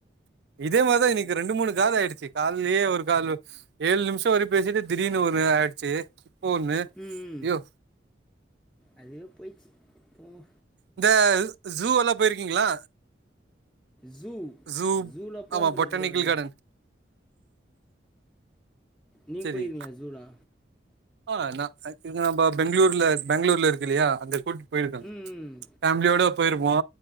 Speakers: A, on the right; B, in the centre.
A: இதே மாரிதா இன்னைக்கி ரெண்டு மூணு ஆயிடுச்சி கால்லியே ஒரு காலு ஏழு நிமிஷோ வரைக் பேசிட்டு திடீர்னு ஒணு ஆயிடுச்சி இப்ப ஒண்ணு
B: உம்
A: ஐயோ
B: அதுவே போயிட்சி போனு
A: இந்த ஜூவல்லா போயிருக்கீங்களா
B: ஜூ
A: ஜூ
B: ஜூலா போனதில்ல
A: ஆமா பொட்டானிக்கல்
B: ப்ரோ நானு
A: கார்டன்
B: நீங்க
A: சரி
B: போயிருக்கீங்ளா ஜூலா
A: ஆ நா அ இது நம்ப பெங்ளூர்ல பேங்ளூர்ல இருக்குல்லையா அங்க கூட்டு போயிருக்கே
B: ம் ம்.
A: ஃபேம்லியோட போயிருப்போ
B: ஓ